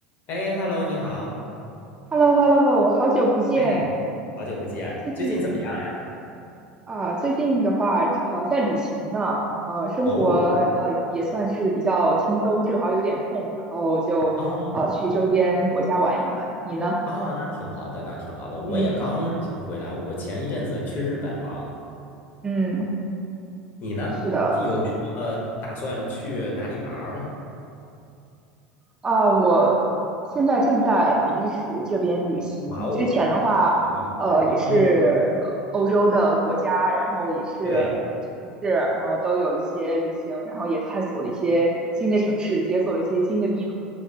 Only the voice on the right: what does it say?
h e l l o h e l l o 好久不见。
最近
啊、最近的话，呃，在旅行呢，呃，生活呃也算是比较轻松，
正好有点空，然后就呃去周边国家玩一玩。
你呢？
嗯
嗯，
是的，
啊，我现在正在比利时这边旅行。
之前的话，
呃，也是呃欧洲的国家，
然后也是城市，
然后都有一些旅行，然后也探索了一些新的城市，解锁了一些新的地图。